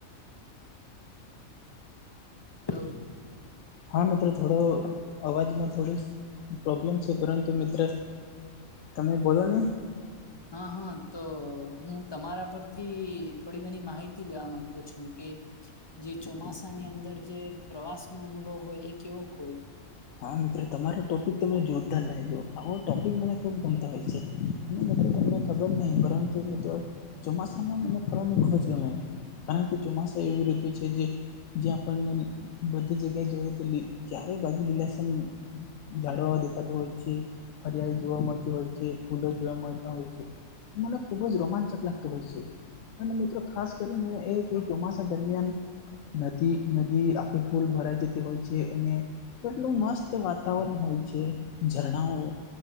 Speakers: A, on the left (about 35°); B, on the left (about 75°).
A: તો
B: હા મિત્રો થોડો અવાજમાં થોડો પ્રોબ્લેમ છે પરંતુ મિત્ર તમે બોલો ને.
A: હા હા તો હું તમારા પરથી થોડી ઘણી માહિતી લેવા માંગતો છું કે. જે ચોમાસાની અંદર જે પ્રવાસનો અનુભવ હોય એ કેવો હોય.
B: હા મિત્રો તમારો ટોપિક તો મને જોરદાર લાગ્યો આવો ટોપિક મને ખુબ ગમતા હોય છે. અને મિત્રો તમને ખબર નહી, પરંતુ મિત્રો ચોમાસામાં મને ફરવાનું ખૂબ જ ગમે. કારણ કે ચોમાસુ એવી ઋતુ છે જે જે આપણને બધી જગ્યાએ જોઈએ <unintelligible> તો ચારે ય બાજુ <unintelligible> આમ ઝાડવાઓ દેખાતા હોય છે. હરિયાળી જોવા મળતી હોય છે, ફૂલો જોવા મળતા હોય છે. મને ખુબ જ રોમાંચક લાગતો હોય છે. અને મિત્રો ખાસ કરીને એ કોઈ ચોમાસા દરમિયાન નદી નદી આખો ફુલ ભરાઈ જતી હોય છે અને એટલું મસ્ત વાતાવરણ હોય છે ઝરણાઓ.